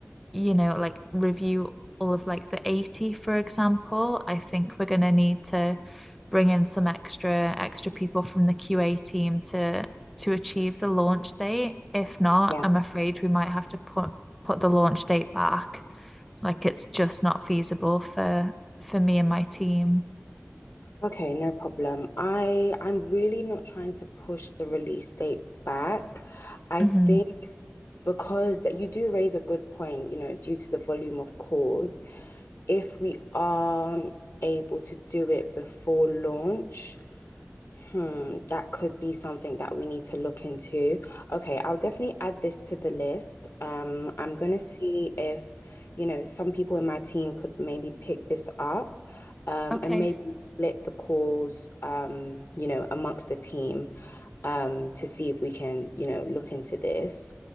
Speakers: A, in the centre; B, on the left.
A: you know, like review all of like the 80, for example, I think we're going to need to bring in some extra extra people from the QA team to to achieve the launch date. If not,
B: yeah.
A: I'm afraid we might have to put put the launch date back. Like it's just not feasible for for me and my team.
B: Okay, no problem. I I'm really not trying to push the release date back. I
A: hmm
B: think because that you do raise a good point, you know, due to the volume of calls. if we aren't able to do it before launch, Hmm, that could be something that we need to look into. Okay, I'll definitely add this to the list. Um, I'm gonna see if, you know, some people in my team could maybe pick this up, um,
A: Okay.
B: and maybe split the calls, um, you know, amongst the team, um, to see if we can, you know, look into this.